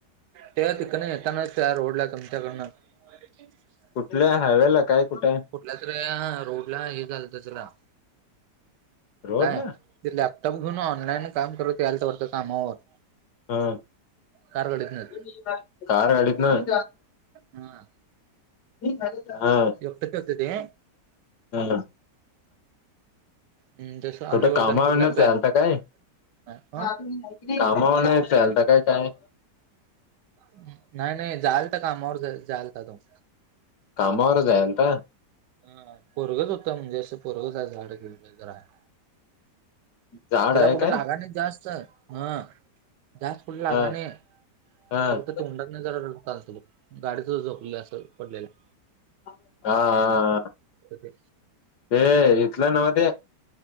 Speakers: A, on the right; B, on the left.
A: ते तिकडनं येताना त्या रोडला तुमच्याकडनं. ह
B: कुठल्या हायवेला, काय कुठं?
A: कुठल्या तर या रोडला, हे झालतं तेला.
B: रोड
A: काय,
B: ला
A: ते लॅपटॉप घेऊन ऑनलाईन काम करत याल तर वाटतं कामावरून.
B: हा
A: कार गाडीतनं.
B: <unintelligible> कार गाडीतनं?
A: हा.
B: हा.
A: एकटच हुतं ते?
B: हं.
A: अं धर. आलेय
B: कुठं
A: वरती
B: कामावरन
A: अन् कुठल्या
B: चालता काय
A: <unintelligible>
B: कामावरन
A: आं
B: चालता काय काय
A: हुं, नाही नाही जायालता कामावर, जायालता तो.
B: कामावर जायलता?
A: आं पोरगच होत, म्हणजे असं पोरगच जाड बिड काय तर हाय.
B: झाड
A: त्याला
B: आहे
A: कुठ
B: काय
A: लागाय नयी जास्त. हं. जास्त कुठ लागाय
B: ह ह
A: नयी.
B: हा
A: फक्त तोंडातन जरा रक्त आलतं बघ. गाडीतच झोपलंय असं पडल्यालं.
B: हा हा हा,
A: ते
B: ते इथलं नव्ह ते.